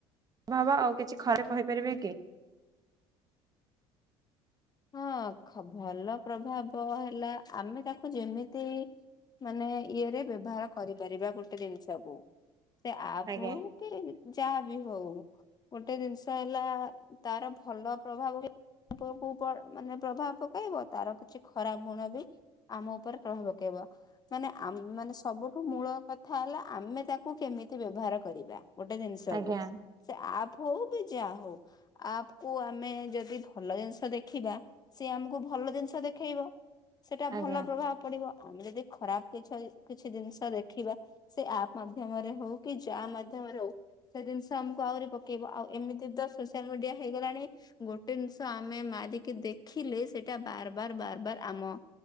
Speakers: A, on the right; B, on the left.
A: ଭାବ ଆଉ କିଛି ଖରେ କହିପାରିବେ କି?
B: ହଁ ଖ ଭଲ ପ୍ରଭାବ ହେଲା। ଆମେ ତାକୁ ଯେମିତି ମାନେ ଇଏରେ ବ୍ୟବହାର କରିପାରିବା ଗୋଟେ ଜିନିଷକୁ ସେ ଆପ୍
A: ଆଜ୍ଞା
B: ହଉ କି କେହି ଯାହା ବି ହଉ। ଗୋଟେ ଜିନିଷ ହେଲା ତାର ଭଲ ପ୍ରଭାବ ବି ଉପରକୁ ପ ମାନେ ପ୍ରଭାବ ପକାଇବ ତାର କିଛି ଖରାପ ଗୁଣ ବି ଆମ ଉପରେ ପ୍ରଭାବ ପକେଇବ। ମାନେ ଆମେ ମାନେ ସବୁଠୁ ମୂଳ କଥା ହେଲା ଆମେ ତାକୁ କେମିତି ବ୍ୟବହାର କରିବା? ଗୋଟେ ଜିନିଷକୁୁ
A: ଆଜ୍ଞା
B: ସେ ଆପ୍ ହଉ କି ଯାହା ହଉ ଆପ୍ ଓ ଆମେ ଯଦି ଭଲ ଜିନିଷ ଦେଖିବା ସିଏ ଆମକୁ ଭଲ ଜିନିଷ ଦେଖେଇବ। ସେଟା ଭଲ
A: ଆଜ୍ଞା
B: ପ୍ରଭାବ ପଡିବ। ଆମେ ଯଦି ଖରାପ କିଛି କିଛି ଜିନିଷ ଦେଖିବା ସେ ଆପ୍ପ ମାଧ୍ୟମରେ ହଉ କି ଯାହା ମାଧ୍ୟମରେ ହଉ ସେ ଜିନିଷ ଆମକୁ ଆହୁରି ପକେଇବ। ଆଉ ଏମିତି ତ ସୋସିଲା ମିଡିଆ ହେଇଗଲାଣି ଗୋଟେ ଜିନିଷ ଆମେ ମାରି କି ଦେଖିଲେ ସେଇଟା ବାର ବାର ବାର ବାର ଆମ